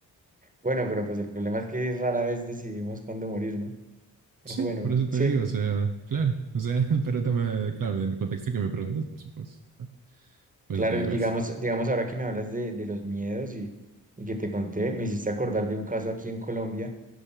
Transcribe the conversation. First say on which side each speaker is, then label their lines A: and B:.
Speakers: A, on the right (about 20°); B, on the right (about 60°).
A: Bueno, pero pues el problema es que rara vez decidimos cuándo morir, ¿no?
B: Sí,
A: Bueno,
B: por eso te
A: sí,
B: digo, o sea, claro, o sea, <laughs> pero te me, claro, en el contexto que me preguntas, por supuesto, ¿no? por
A: claro,
B: eso te digo
A: y digamos,
B: eso.
A: digamos ahora que me hablas de, de los miedos y, y que te conté, me hiciste acordar de un caso aquí en Colombia